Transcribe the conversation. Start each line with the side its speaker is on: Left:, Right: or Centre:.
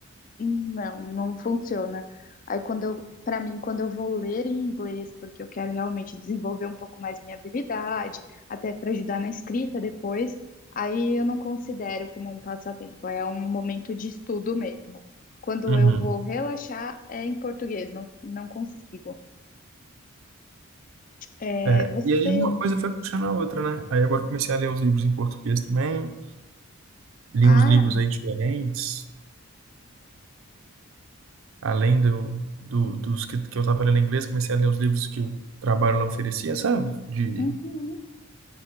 Left: Não, não funciona. Aí quando eu, para mim, quando eu vou ler em inglês, porque eu quero realmente desenvolver um pouco mais minha habilidade, até para ajudar na escrita depois, aí eu não considero como um passatempo, é um momento de estudo mesmo. Quando
Right: Uhum.
Left: eu vou relaxar, é em português, não, não consigo. É,
Right: É,
Left: você.
Right: e aí uma coisa foi puxando a outra, né? Aí agora eu comecei a ler os livros em português também, li
Left: Ah,
Right: uns livros aí diferentes, além do, do- dos que, que eu tava lendo em inglês, comecei a ler os livros que o trabalho lá oferecia, sabe? De,
Left: uhum.